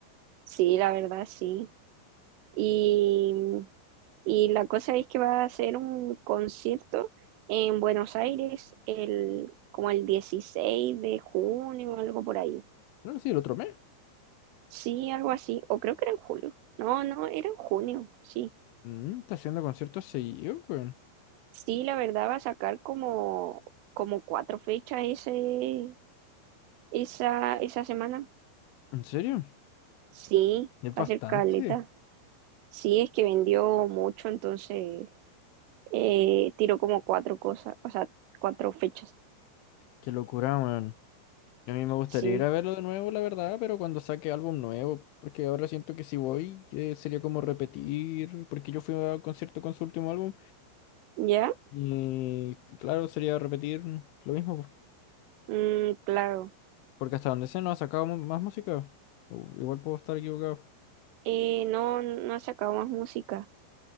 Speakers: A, on the right; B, on the left.
A: Sí, la verdad, sí. Y, y la cosa es que va a ser un concierto en Buenos Aires el, como el 16 de junio, algo por ahí.
B: No, sí, el otro mes.
A: Sí, algo así. O creo que era en julio. No, no, era en junio, sí.
B: Mm, está haciendo conciertos seguidos, weón.
A: Sí, la verdad va a sacar como, como cuatro fechas ese, esa, esa semana.
B: ¿En serio?
A: Sí,
B: Es bastante.
A: va a ser caleta. Sí, es que vendió mucho, entonces eh, tiró como cuatro cosas, o sea, cuatro fechas.
B: Qué locura, weón. A mí me gustaría
A: Sí,
B: ir a verlo de nuevo, la verdad, pero cuando saque álbum nuevo, porque ahora siento que si voy eh, sería como repetir, porque yo fui al concierto con su último álbum
A: ¿ya?
B: y claro, sería repetir lo mismo, po,
A: Mm, claro.
B: porque hasta donde sé no ha sacado mu- más música. U- igual puedo estar equivocado.
A: Eh, no, no ha sacado más música.